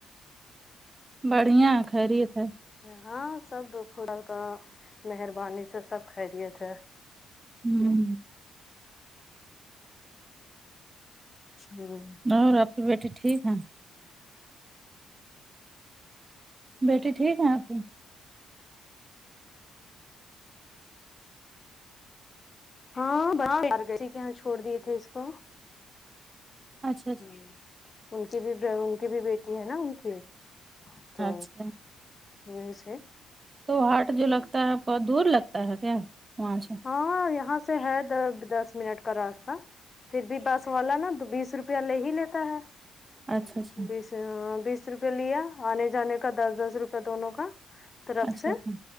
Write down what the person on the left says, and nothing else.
ہاں سب ر خودل کا مہربانی سے سب کرییے تھے
ہاں
ہاں بڑسی کے یہاں چھوڑ دیے تھے اس کو
ہ ان کی بھی ان کی بھی بیٹی ہے نا ان کی تو
وس
ہاں یہاں سے ہے دس منٹ کا راستہ پھر بھی بس والا نا دو بیس روپ روپیہ لے ہی لیتا ہے
بیس چ بیس روپئے لیا آنے جانے کا دس دس روپے دونوں کا طرف
سے